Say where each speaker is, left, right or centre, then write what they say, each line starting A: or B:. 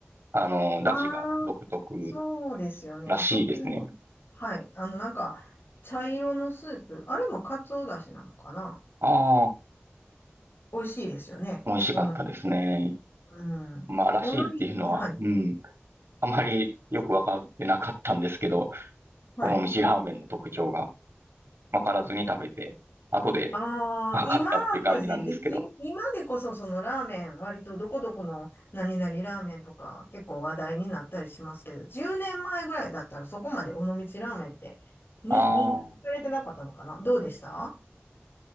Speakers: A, on the right; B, on the left.
A: あの、
B: ああ、
A: 出汁が独特
B: そうですよね。
A: らしいですね。
B: あそこ、はい、あの、なんか、茶色のスープ、あれもカツオだしなのかな
A: ああ、
B: 美味しいですよね。
A: 美味しかったですね。
B: おのり。うん。
A: まあ、らしいっていうのは、
B: おのりって、はい。
A: うん。あまりよくわかってなかったんですけど、
B: はい。
A: この蒸ラーメンの特徴がわからずに食べて、後で
B: ああ、
A: <laughs> わかったっていう感じなんですけど。
B: 今はそうですね。い、い今でこそそのラーメン、割とどこどこの何々ラーメンとか結構話題になったりしますけど、10年前ぐらいだったらそこまで尾道ラーメンってに認知されてなかったのかなどうでしたあ
A: ああ、